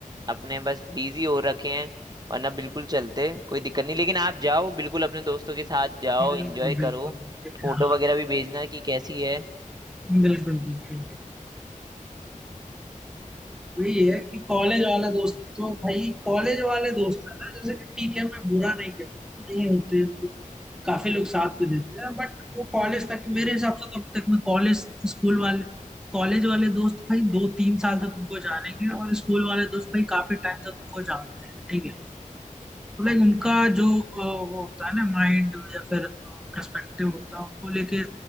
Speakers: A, on the right (about 30°); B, in the centre.
A: अपने बस बिजी हो रखे हैं वरना बिल्कुल चलते कोई दिक्कत नहीं लेकिन आप जाओ बिल्कुल अपने दोस्तों के साथ जाओ
B: हैं बिल्कुल
A: एंजॉय
B: बिल्कुल
A: करो फोटो
B: हाँ
A: वगैरह भी भेजना कि कैसी है
B: बिल्कुल बिल्कुल बिल्कुल। वही है कि कॉलेज वाले दोस्त तो भाई कॉलेज वाले दोस्त है ना जैसे कि ठीक है मैं बुरा नहीं कहता नहीं होते तो काफी लोग साथ में देते हैं बट वो कॉलेज तक मेरे हिसाब से तो अभी तक मैं कॉलेज स्कूल वाले कॉलेज वाले दोस्त भाई दो तीन साल तो तुमको जानेंगे और स्कूल वाले दोस्त भाई काफी टाइम से तुमको जानते हैं ठीक है लाइक उनका जो अ, वो होता है ना माइंड या फिर पर्सपेक्टिव होता है उनको लेके